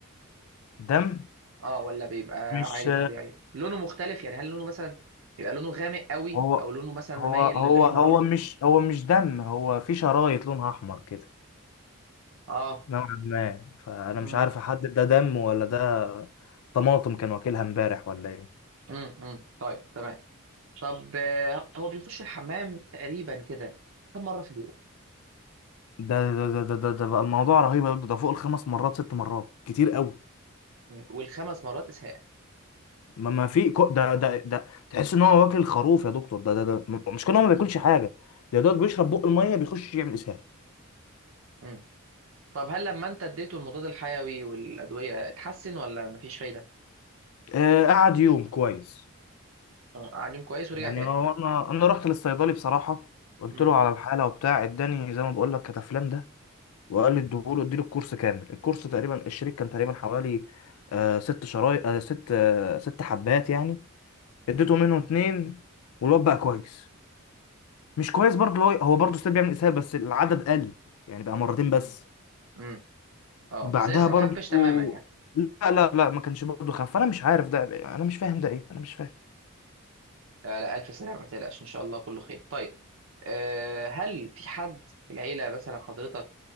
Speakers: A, on the left (about 85°); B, on the right (about 65°).
A: دم
B: اه ولا بيبقى
A: مش
B: عادي طبيعي لونه مختلف يعني هل لونه مثلا بيبقى لونه غامق قوي
A: هو
B: او لونه مثلا
A: هو
B: مايل
A: هو
B: للاحمرار
A: هو مش هو مش دم هو في شرايط لونها أحمر كده
B: اه
A: نوعا ما فانا
B: امم
A: مش عارف احدد ده دم ولا ده طماطم كان واكلها امبارح ولا ايه
B: امم امم طيب تمام طب آه، هو بيخش الحمام تقريبا كده كم مره في اليوم
A: ده ده ده ده ده, ده بقى الموضوع رهيب يا دكتور، ده فوق الخمس مرات ست مرات كتير قوي
B: مم. والخمس مرات اسهال
A: ما ما في كو... ده ده ده تحس ان هو واكل خروف يا دكتور ده ده, ده م- مش كان هو
B: امم
A: ما بياكلش حاجه ده دوت بيشرب بق الميه بيخش يعمل اسهال
B: امم طب هل لما انت اديته المضاد الحيوي والادويه اتحسن ولا مفيش فايده
A: آه قعد يوم كويس
B: اه قاعدين كويس ورجع
A: يعني
B: تاني
A: هو انا انا رحت للصيدلي بصراحه قلت
B: امم
A: له على الحاله وبتاع اداني زي ما بقول لك كتافلان ده وقال لي اديهوله اديله الكورس كامل الكورس تقريبا الشريك كان تقريبا حوالي آه ست شرايط آه ست آه ست حبات يعني اديته
B: امم
A: منهم اتنين والواد بقى كويس مش كويس برضه هو هو برضه ستيل بيعمل اسهال بس العدد قل يعني بقى مرتين بس
B: امم امم اه
A: بعدها
B: بس لسه
A: برضه
B: ما خفش تماما يعني
A: لا لا لا ما كانش برضه خف انا مش عارف ده انا مش فاهم ده ايه انا مش فاهم
B: لا لا الف سلامه ما تقلقش ان شاء الله كله خير طيب أه هل في حد في العيله مثلا حضرتك